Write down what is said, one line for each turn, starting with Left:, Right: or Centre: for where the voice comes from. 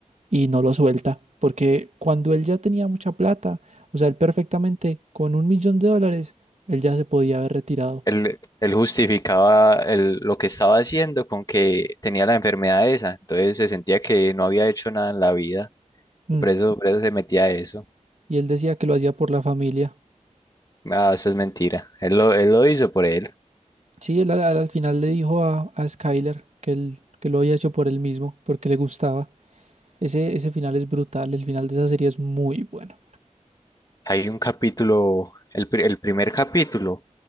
Right: y no lo suelta, porque cuando él ya tenía mucha plata, o sea, él perfectamente con un millón de dólares, él ya se podía haber retirado.
Left: él, él justificaba el- lo que estaba haciendo con que tenía la enfermedad esa, entonces se sentía que no había hecho nada en la vida,
Right: Mm,
Left: y por eso, por eso se metía a eso.
Right: Y él decía que lo hacía por la familia.
Left: Ah, eso es mentira. Él lo, él lo hizo por él.
Right: Sí, él al, al- final le dijo a, a Skyler que, él, que lo había hecho por él mismo, porque le gustaba. Ese, ese final es brutal, el final de esa serie es muy bueno.
Left: Hay un capítulo, el, pri- el primer capítulo,